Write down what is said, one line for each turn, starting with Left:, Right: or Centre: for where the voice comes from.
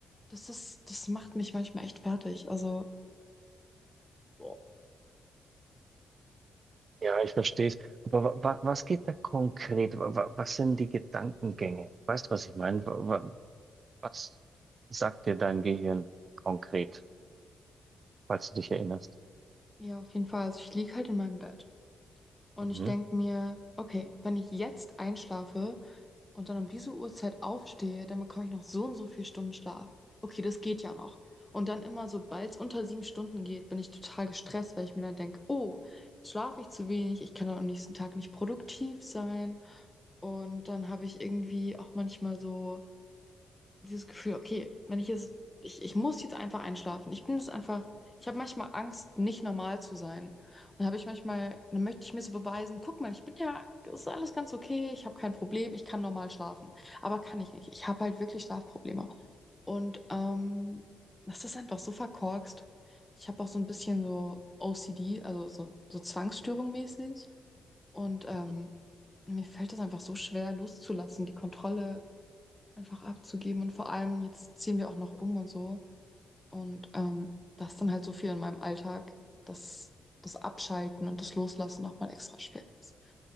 Left: das ist, das macht mich manchmal echt fertig. Also, boah.
Right: Ja, ich verstehe es. Aber wa wa was geht da konkret? Wa wa was sind die Gedankengänge? Weißt du, was ich meine? Wa wa was sagt dir dein Gehirn konkret, falls du dich erinnerst?
Left: ja, auf jeden Fall. Also ich lieg halt in meinem Bett und
Right: Mhm.
Left: ich denk mir, okay, wenn ich jetzt einschlafe und dann um diese Uhrzeit aufstehe, dann bekomme ich noch so und so viel Stunden Schlaf. Okay, das geht ja noch. Und dann immer, sobald es unter sieben Stunden geht, bin ich total gestresst, weil ich mir dann denk, oh, jetzt schlafe ich zu wenig, ich kann dann am nächsten Tag nicht produktiv sein. Und dann habe ich irgendwie auch manchmal so. dieses Gefühl, okay, wenn ich jetzt, ich, ich muss jetzt einfach einschlafen. Ich bin jetzt einfach, ich habe manchmal Angst, nicht normal zu sein. Und habe ich manchmal, dann möchte ich mir so beweisen, guck mal, ich bin ja, es ist alles ganz okay, ich habe kein Problem, ich kann normal schlafen. Aber kann ich nicht. Ich habe halt wirklich Schlafprobleme. Und ähm, das ist einfach so verkorkst. Ich habe auch so ein bisschen so OCD, also so, so Zwangsstörung mäßig. Und ähm,
Right: Mhm. Mhm.
Left: mir fällt das einfach so schwer loszulassen, die Kontrolle einfach abzugeben. Und vor allem, jetzt ziehen wir auch noch um und so. Und ähm, das ist dann halt so viel in meinem Alltag, dass das Abschalten und das Loslassen nochmal extra schwer ist.